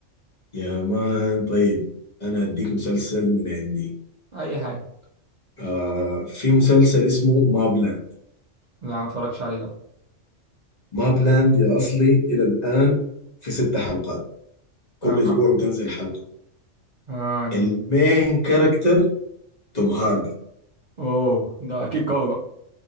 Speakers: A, on the left; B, on the right.
A: يا مان طيب انا اديك مسلسل من عندي
B: اي حاجه
A: آه في مسلسل اسمه ما بلاند
B: لا ما اتفرجتش عليه ده
A: ما بلاند يا أصلي إلى الآن في ست حلقات كل
B: اها
A: أسبوع بتنزل حلقة
B: اه
A: المين كاركتر توم هاردي
B: اوه ده اكيد قوي بقى